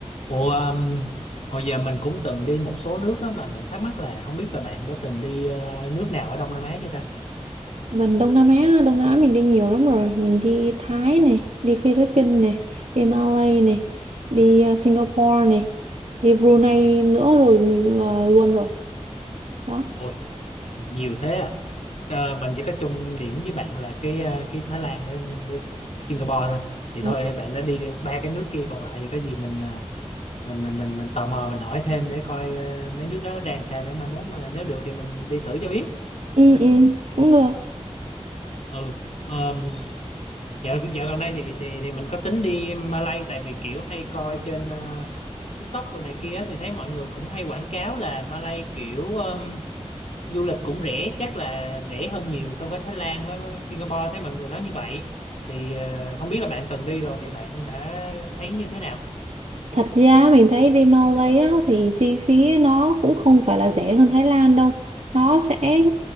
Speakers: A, on the left (about 70°); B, on the right (about 70°).
A: Ủa, um, hồi giờ mình cũng từng đi một số nước á mà mình thắc mắc là không biết là bạn đã từng đi ờ, nước nào ở Đông Nam Á chưa ta?
B: Mình Đông Nam Á, Đông Nam Á mình đi nhiều lắm rồi. Mình đi Thái này, đi Philippines này, đi Malay này, đi uh, Singapore này, đi Brunei nữa rồi là luôn rồi. Đó.
A: Ôi, nhiều thế à. Ờ, mình chỉ có chung điểm với bạn là cái ờ, cái Thái Lan với, với Singapore thôi. Vậy
B: Ờ,
A: thôi bạn đã đi ba cái nước kia còn lại thì có gì mình ờ, mình mình mình mình tò mò mình hỏi thêm để coi ờ, mấy nước đó nó đang sao để mai mốt mà nếu được thì mình đi thử cho biết.
B: Ừ, ừ, cũng được.
A: Ừ. Um, dạo, dạo gần đây thì thì thì mình có tính đi Malay tại vì kiểu hay coi trên ờ, TikTok đồ này kia thì thấy mọi người cũng hay quảng cáo là Malay kiểu um, du lịch cũng rẻ chắc là rẻ hơn nhiều so với Thái Lan với Singapore thấy mọi người nói như vậy thì ờ, không biết là bạn từng đi rồi thì bạn đã thấy như thế nào
B: Thật ra mình thấy đi Malay á, thì chi phí nó cũng không phải là rẻ hơn Thái Lan đâu. Nó sẽ